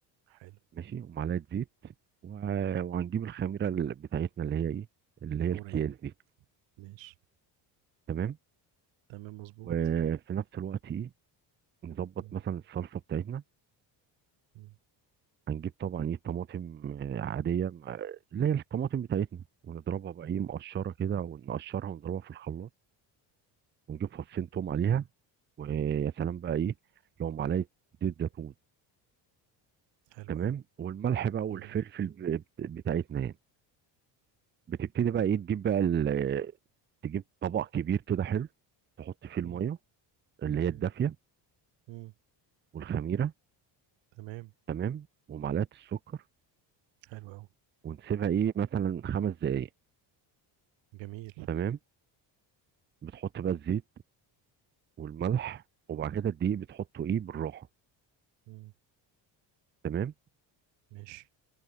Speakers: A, on the right; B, on the right.
A: حلو
B: ماشي ومعلقة زيت و- وهنجيب الخميرة ال- بتاعتنا اللي هي ايه اللي هي
A: فورية
B: الكياس دي
A: ماشي
B: تمام
A: تمام مظبوط
B: وفي نفس الوقت ايه نظبط
A: مم.
B: مثلا الصلصة بتاعتنا
A: مم.
B: هنجيب طبعا ايه طماطم آه، عادية مع- اللي هي الطماطم بتاعتنا ونضربها بقى ايه مقشرة كده ونقشرها ونضربها في الخلاط ونجيب فصين توم عليها ويا سلام بقى ايه لو معلقة زيت زيتون
A: حلو
B: تمام والملح
A: قوي
B: بقى والفلفل ب- ب- بتاعتنا يعني بتبتدي بقى ايه تجيب بقى ال- تجيب طبق كبير كده حلو تحط فيه الميه
A: مم.
B: اللي هي
A: مم.
B: الدافيه
A: مم.
B: والخميره
A: تمام
B: تمام ومعلقه السكر
A: حلو أوي
B: ونسيبها ايه مثلا خمس دقايق
A: جميل
B: تمام بتحط بقى الزيت والملح وبعد كده الدقيق بتحطه ايه بالراحه
A: مم.
B: تمام
A: ماشي